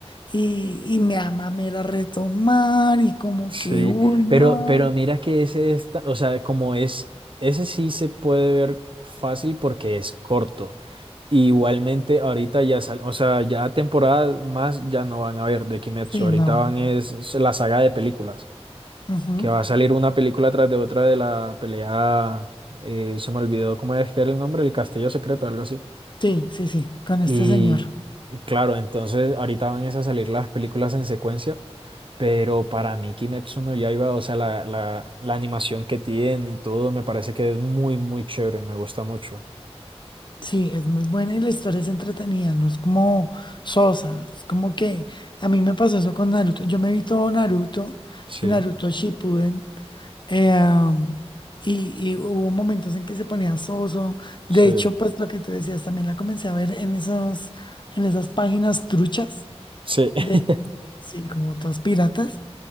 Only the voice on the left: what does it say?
y, y me da mamera retomar y como
que, uy, no.
Sí,
no.
Ujú.
Sí, sí, sí, con este
señor.
Sí, es muy buena y la historia es entretenida, no es como sosa, es como que a mí me pasó eso con Naruto. Yo me vi todo Naruto
y Naruto Shippuden eh, y, y hubo momentos en que se ponía soso. De
hecho, pues lo que tú decías también la comencé a ver en esos, en esas páginas truchas
de, sí, como todas piratas.